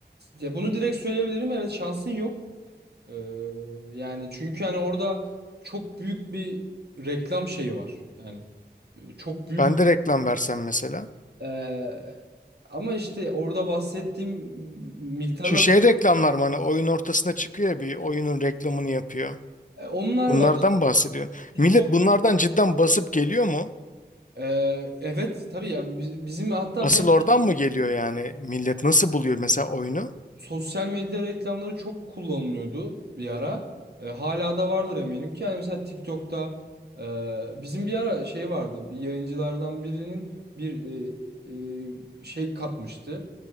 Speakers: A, on the right; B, on the left.
A: ya bunu direkt söyleyebilirim. Evet şansın yok. Ee, yani çünkü hani orada çok büyük bir reklam şeyi var. Yani e, çok büyük
B: Ben de reklam versem mesela.
A: e, ama işte orada bahsettiğim miktarlar
B: Şu şey
A: çok-
B: reklamlar mı hani oyun ortasında çıkıyor ya bir oyunun reklamını yapıyor.
A: e, onlar
B: Bunlardan
A: var.
B: bahsediyorsun.
A: TikTok
B: Millet bunlardan cidden basıp geliyor mu?
A: e, evet tabii ya biz- bizim hatta
B: Asıl
A: bir
B: oradan mı geliyor yani? Millet nasıl buluyor mesela oyunu?
A: sosyal medya reklamları çok kullanılıyordu bir ara. E, hala da vardır eminim ki. Yani mesela TikTok'ta e, bizim bir ara şey vardı. Bir yayıncılardan birinin bir e, e, şey katmıştı.